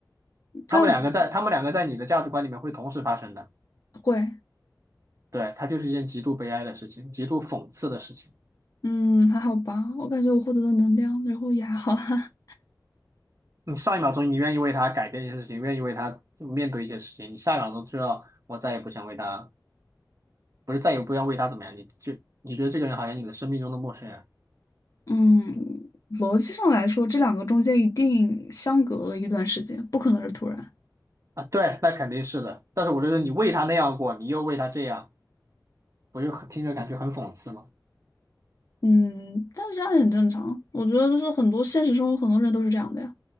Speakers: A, on the left (about 50°); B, on the right (about 45°).
A: 在我
B: 他们两个在他们两个在你的价值观里面会同时发生的。
A: 会
B: 对，它就是一件极度悲哀的事情，极度讽刺的事情。
A: 嗯还好吧，我感觉我获得的能量，然后也还好哈。
B: 你上一秒钟你愿意为他改变一些事情，愿意为他面对一些事情，你下一秒钟就要我再也不想为他，不是再也不要为他怎么样，你就你觉得这个人好像你的生命中的陌生人
A: <laughs> 嗯，逻辑上来说，这两个中间一定相隔了一段时间，不可能是突然。
B: 啊？对，那肯定是的。但是我就说你为他那样过，你又为他这样，我就听着感觉很讽刺嘛。
A: 嗯，但是这样也很正常。我觉得就是很多现实生活很多人都是这样的呀，